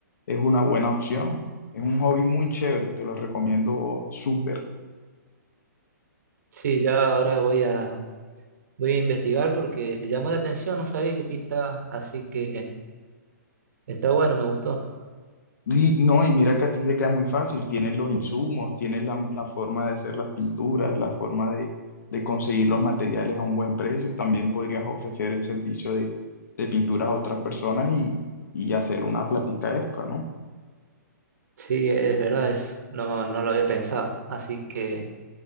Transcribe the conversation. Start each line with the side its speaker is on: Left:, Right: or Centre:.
Left: Es una buena opción. Es un hobby muy chévere, te lo recomiendo súper.
Right: Sí, ya ahora voy a, voy a investigar porque me llamó la atención, no sabía que pintaba, así que está bueno, me gustó.
Left: Y no, y mira que a ti te queda muy fácil, tienes los insumos, tienes la, la forma de hacer las pinturas, la forma de, de conseguir los materiales a un buen precio. También podrías ofrecer el servicio de, de pinturas a otras personas y, y hacer una plática extra, ¿no?
Right: Sí, es verdad eso. No, no lo había pensado, así que